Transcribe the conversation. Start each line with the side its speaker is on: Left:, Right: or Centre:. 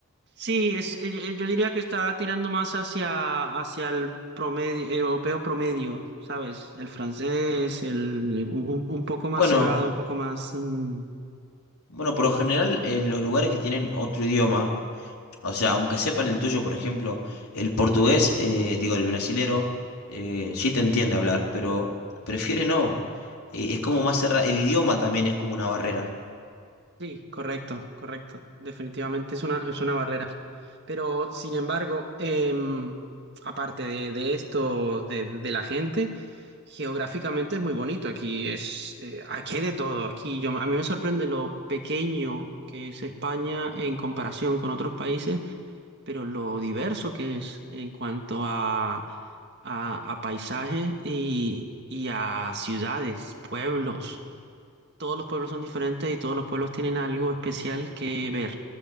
Right: Sí, es, eh, yo diría que está tirando más hacia, hacia el promedio, europeo promedio, ¿sabes? El francés, el, un, un poco
Left: Bueno,
Right: más cerrado, un poco más... mm,
Left: Bueno, por lo general,
Right: eh,
Left: eh, los lugares que tienen otro idioma, o sea, aunque sepan el tuyo, por ejemplo, el portugués, eh, digo, el brasilero, eh, sí te entiende hablar, pero prefiere no. Eh, es como más cerrado, el idioma también es como una barrera.
Right: sí, correcto, correcto. Definitivamente es una, es una barrera. Pero, sin embargo, em, aparte de, de esto, de, de la gente, geográficamente es muy bonito. Aquí es, eh, aquí hay de todo. Aquí yo, a mí me sorprende lo pequeño que es España en comparación con otros países pero lo diverso que es en cuanto a, a, a paisajes y, y a ciudades, pueblos. Todos los pueblos son diferentes y todos los pueblos tienen algo especial que ver.